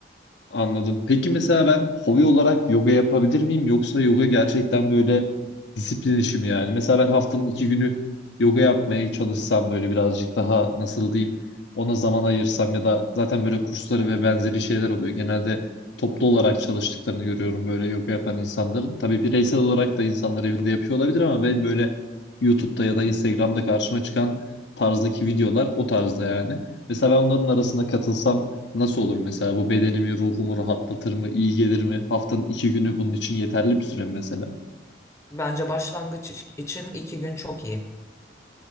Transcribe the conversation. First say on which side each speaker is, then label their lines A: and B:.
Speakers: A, on the left; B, on the left.
A: Anladım. Peki mesela ben hobi olarak yoga yapabilir miyim? Yoksa yoga gerçekten böyle disiplin işi mi yani? Mesela ben haftanın iki günü yoga yapmaya çalışsam böyle birazcık daha nasıl diyeyim ona zaman ayırsam ya da zaten böyle kursları ve benzeri şeyler oluyor. Genelde toplu olarak çalıştıklarını görüyorum böyle yoga yapan insanların. Tabii bireysel olarak da insanlar evinde yapıyor olabilir ama ben böyle YouTube'da ya da Instagram'da karşıma çıkan tarzdaki videolar o tarzda yani. Mesela ben onların arasına katılsam Nasıl olur mesela bu bedenimi, ruhumu rahatlatır mı, iyi gelir mi? Haftanın iki günü bunun için yeterli bir süre mi mesela.
B: Bence başlangıç iç- için iki gün çok iyi.